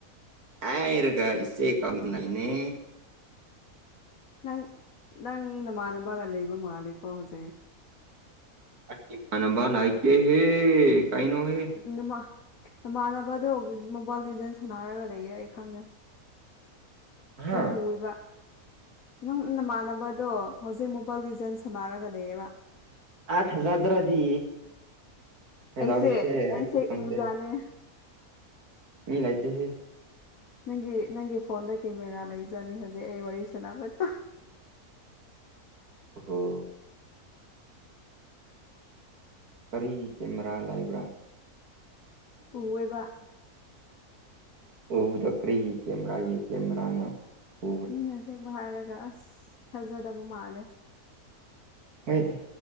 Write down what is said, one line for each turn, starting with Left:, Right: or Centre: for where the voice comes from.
Right: ꯍꯥꯏꯔꯒ ꯏꯆꯦ ꯀꯧꯋꯤꯇꯨꯅꯤꯅꯦ
Left: ꯅꯪ ꯅꯪ ꯅꯃꯥꯟꯅꯕꯒ ꯂꯩꯕ ꯃꯥꯂꯦꯀꯣ ꯍꯧꯖꯤꯛ
Right: ꯑꯩꯒꯤ ꯢꯃꯥꯟꯅꯕ ꯂꯥꯏꯇꯦ ꯍꯦ ꯀꯩꯅꯣ ꯍꯦ
Left: ꯅꯃꯥꯟ ꯅꯃꯥꯟꯅꯕꯗꯣ ꯃꯣꯕꯥꯏꯜ ꯂꯤꯖꯦꯟ꯭ꯁ ꯁꯥꯟꯅꯔꯒ ꯂꯩꯌꯦ ꯑꯩ ꯈꯪꯉꯦ
Right: ꯍꯥꯥ
Left: ꯑꯩ ꯎꯑꯦꯕ ꯅꯪ ꯅꯃꯥꯟꯅꯕꯗꯣ ꯍꯧꯖꯤꯛ ꯃꯣꯕꯥꯏꯜ ꯂꯤꯖꯦꯟ꯭ꯁ ꯁꯥꯟꯅꯔꯒ ꯂꯩꯌꯦꯕ
Right: ꯑ ꯊꯥꯖꯗ꯭ꯔꯥꯗꯤ ꯀꯩꯗꯧꯔꯤꯁꯦ
Left: ꯑꯩꯁꯦ
Right: ꯑꯩꯁꯨ
Left: ꯑꯩꯁꯦ
Right: ꯈꯪꯗꯦ
Left: ꯎꯖꯥꯠꯅꯦ
Right: ꯃꯤ ꯂꯩꯇꯦꯍꯦ
Left: ꯅꯪꯒꯤ ꯅꯪꯒꯤ ꯐꯣꯟꯗ ꯀꯦꯃꯦꯔꯥ ꯂꯩꯖꯅꯤ ꯍꯧꯖꯤꯛ ꯑꯩ ꯋꯥꯔꯤ ꯁꯥꯟꯅꯕꯗꯣ
Right: ꯑꯣꯍꯣ ꯀꯔꯤꯒꯤ ꯀꯦꯃꯦꯔꯥ ꯂꯩꯕ꯭ꯔꯥ
Left: ꯎꯑꯦꯕ
Right: ꯎꯕꯗ ꯀꯔꯤꯒꯤ ꯀꯦꯃꯦꯔꯥꯒꯤ ꯀꯦꯃꯦꯔꯅꯣ ꯎ
Left: ꯃꯤꯅ ꯑꯁꯦꯡꯕ ꯍꯥꯏꯔꯒ ꯑꯁ ꯊꯥꯖꯗꯕ ꯃꯥꯜꯂꯦ
Right: ꯍꫭꯏ